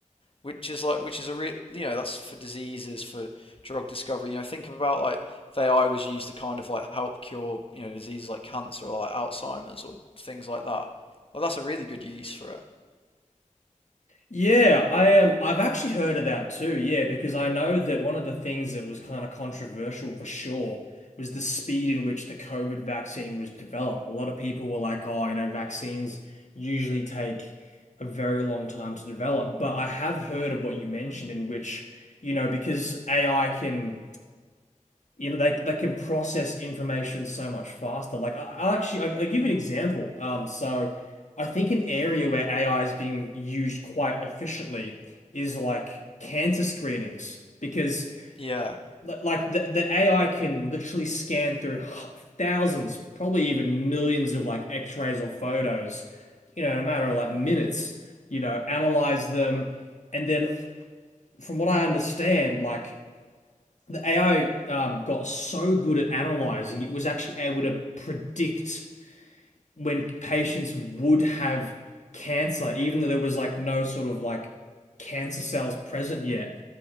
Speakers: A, on the left; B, on the left.
A: which is like which is a real you know that's for diseases for drug discovery. You know, think about like if AI was used to kind of like help cure you know diseases like cancer or like Alzheimer's or things like that. Well, that's a really good use for it.
B: Yeah, I am. Um, I've actually heard of that too. Yeah, because I know that one of the things that was kind of controversial for sure was the speed in which the COVID vaccine was developed. A lot of people were like, oh, you know, vaccines usually take a very long time to develop. But I have heard of what you mentioned, in which, you know, because AI can you know they they can process information so much faster. Like I, I'll actually I, I'll give you an example. Um, so I think an area where AI is being used quite efficiently is like cancer screenings because
A: Yeah,
B: li- like the the AI can literally scan through h- thousands, probably even millions of like X-rays or photos, you know, in a matter of like minutes. You know, analyze them, and then from what I understand, like the AI um, got so good at analyzing, it was actually able to predict when patients would have cancer, even though there was like no sort of like cancer cells present yet.